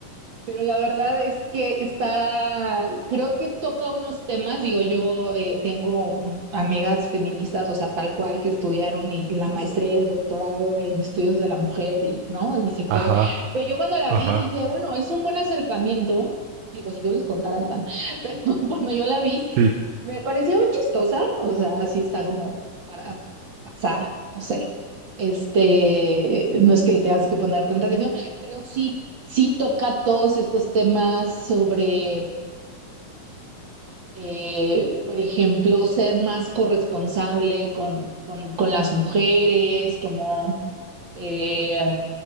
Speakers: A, on the right; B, on the right.
A: Pero la verdad es que está, creo que toca unos temas, digo, yo eh, tengo mm, amigas feministas, o sea, tal cual que estudiaron y la maestría y el doctorado en estudios de la mujer y, ¿no? Y se puede.
B: ajá,
A: Pero yo cuando la
B: ajá.
A: vi dije, bueno, es un buen acercamiento, digo, si yo les contara, están, <laughs> pero cuando yo la vi,
B: Sí.
A: me pareció chistosa, o sea, así está como para pasar, no sé. Este, no es que le tengas que poner tanta atención. Pero sí, sí toca todos estos temas sobre, eh, por ejemplo, ser más corresponsable con, con, con las mujeres, como eh,